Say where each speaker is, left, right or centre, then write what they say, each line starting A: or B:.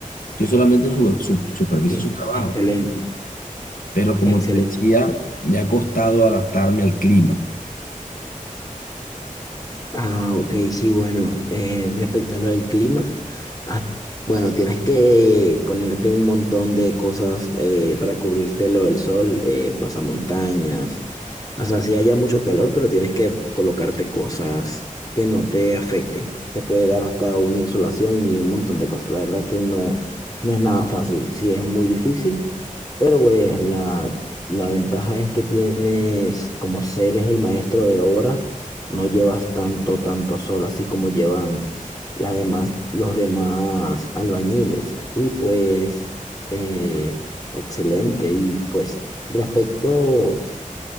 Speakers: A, on the left; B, on the left.
A: Yo solamente su- su- superviso
B: Sí.
A: su trabajo
B: Excelente.
A: pero como
B: Excelente.
A: te decía, me ha costado adaptarme al clima.
B: Ah, ok, sí, bueno, eh, respecto a lo del clima, ah, bueno, tienes que ponerte un montón de cosas eh, para cubrirte lo del sol, eh, pasamontañas, o sea, sí haya mucho calor, pero tienes que colocarte cosas que no te afecten. Te puede dar hasta una insolación y un montón de cosas. La verdad que no, no es nada fácil, sí es muy difícil, pero pues la, la ventaja es que tienes, como ser es el maestro de obra no llevas tanto, tanto sol, así como llevan las demás, los demás albañiles. Y pues, eh, excelente. Y pues, respecto